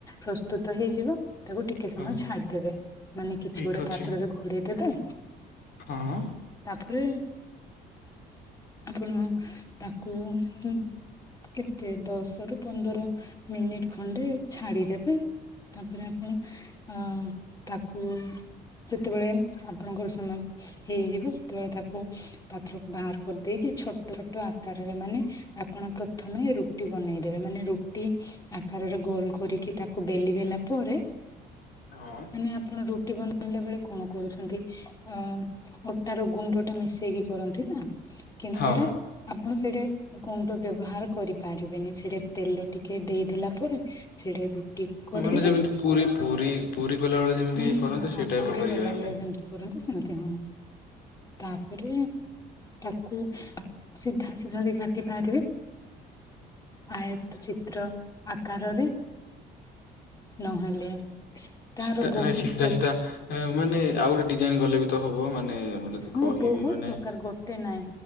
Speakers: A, on the left; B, on the left.
A: ପ୍ରସ୍ତୁତ ହେଇଯିବ। ତାକୁ ଟିକେ
B: ହଁ
A: ସମୟ ଛାଡ଼ିଦେବେ ମାନେ କିଛି
B: ଠିକ
A: ଗୋଟେ
B: ଅଛି
A: ପାତ୍ରରେ ଘୋଡ଼େଇ ଦେବେ।
B: ହଁ।
A: ତା'ପରେ ଆପଣ ତାକୁ ହୁଁ କେତେ? ଦଶ ରୁ ପନ୍ଦର ମିନିଟ୍ ଖଣ୍ଡେ ଛାଡିଦେବେ। ତା'ପରେ ଆପଣ ଅଁ ତାକୁ ଯେତେବେଳେ ଆପଣଙ୍କର ସମୟ ହେଇଯିବ, ସେତେବେଳେ ତାକୁ ପାତ୍ରକୁ ବାହାର କରିଦେଇକି ଛୋଟ ଛୋଟ ଆକାରରେ ମାନେ ଆପଣ ପ୍ରଥମେ ରୁଟି ବନେଇଦେବେ ମାନେ ରୁଟି ଆକାରରେ ଗୋଲ କରିକି ତା କୁ ବେଲି ଦେଲା ପରେ
B: ହଁ
A: ମାନେ ଆପଣ ରୁଟି ବନେଇଲା ବେଳେ କଣ କରୁଛନ୍ତି ଅ ଅଟାର ଗୁଣ୍ଡ ଟା ମିଶେଇକି କରନ୍ତି ନା। କିନ୍ତୁ
B: ହଁ
A: ସେଟା
B: ହଁ
A: ଆପଣ ସେଇଟା ଗୁଣ୍ଡ ବ୍ୟବହାର କରିପାରିବେନି ସେଟା ତେଲ ଟିକେ ଦେଇଦେଲା ପରେ ସେଇଟା ରୁଟି କରିଦେବେ
B: ମାନେ ଯେମିତି ପୁରୀ ପୁରୀ ପୁରୀ ଗଲାବେଳେ ଯେମିତି
A: ହୁଁ
B: କରନ୍ତି
A: ହୁଁ ହଁ।
B: ସେଇ ଟାଇପର
A: ପୁରୀ
B: କରିବେ
A: ଗଲା
B: ହେଲେ।
A: ବେଳେ ଯେମତି କରନ୍ତି ସେମିତି ହଁ ତାପରେ ତାକୁ ସିଧା ସିଧା ରେ କା କାଟି ପାରିବେ ଆୟତ ଚିତ୍ର ଆକାରରେ ନହେଲେ ସି ତାର
B: ସିଧା
A: ବହୁତ
B: ନାଇଁ ସିଧା
A: ପ୍ର
B: ସିଧା ମାନେ ଆଉ ଗୋଟେ ଡିଜାଇନ କଲେ ବି ତ ହବ ମାନେ ମୁଁ ଯଦି
A: ହଁ
B: କହିବି
A: ବହୁତ
B: ମାନେ
A: ପ୍ରକାର ଗୋଟ ମୋଟେ ନାଇଁ